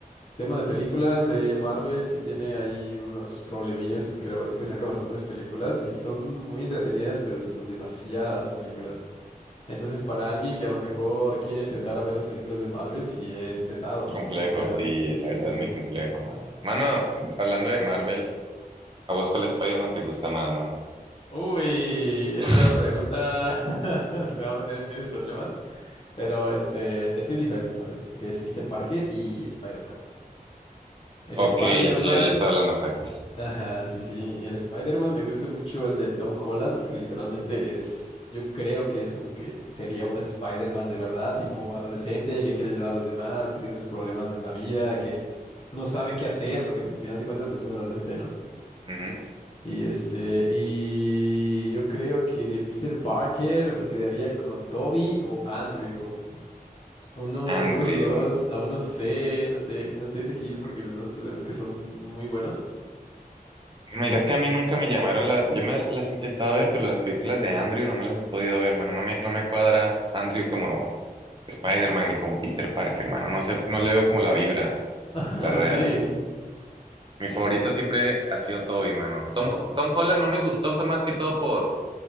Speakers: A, on the left (about 35°); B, on the right (about 30°).
A: Tema de películas, eh, Marvel sí tiene ahí unos problemillas porque la verdad es que saca bastantes películas y son muy entretenidas, pero sí son demasiadas películas. Entonces, para alguien que a lo mejor quiere empezar a ver las películas de Marvel, sí es pesado, si
B: complejo,
A: estoy sincero.
B: sí,
A: Sí,
B: la verdad
A: sí,
B: es
A: sí.
B: muy complejo, mano. Mano, hablando de Marvel, ¿a vos cuál Spider-Man te gusta más, mano?
A: Uy, esa
B: <laughs>
A: pregunta <laughs> me va a meter en serios problemas, pero este, es que es diferente, ¿sabes? Porque es Peter Parker y Spider-Man. El
B: Ok,
A: Spider-Man
B: sí, ahí estaba hablando facto.
A: Ajá, sí, sí. El Spider-Man me gusta mucho el de Tom Holland porque literalmente es, yo creo que es como que sería un Spider-Man de verdad, tipo adolescente que quiere ayudar a los demás, que tiene sus problemas en la vida, que no sabe qué hacer porque pues al final de cuentas pues es un adolescente, ¿no?
B: Ujú.
A: Y este, y yo creo que de Peter Parker me quedaría con Toby o Andrew. Uno
B: Andrew.
A: de esos dos, aún no sé, no sé, no sé elegir porque los dos es verdad que son muy buenos.
B: Mira que a mí nunca me llamaron las... Yo me las he intentado ver, pero las películas de Andrew no me las he podido ver, mano. No me, no me cuadra Andrew como, Spider-Man y como Peter Parker, mano. No sé, no le veo como la vibra,
A: <laughs> Ajá,
B: la real.
A: sí.
B: Mi favorito siempre ha sido Tobey, mano. Tom, Tom Holland no me gustó, fue más que todo por,